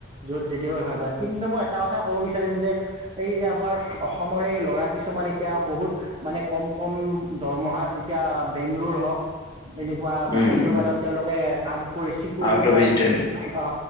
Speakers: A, on the right (about 25°); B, on the left (about 20°).
A: য'ত কিহৰ ভাত বাকি দিনটো এটাও কথা ক'ব বিচাৰিম যে এই যে আমাৰ অসমৰে এই ল'ৰা কিছুমান এতিয়া বহুত মানে কম কম দৰমহাত। এতিয়া বেংলোৰ হওক এনেকুৱা
B: উম
A: হায়দৰাবাদত
B: উম
A: তেওঁলোকে। কাম কৰি security
B: out of
A: guard
B: state
A: অ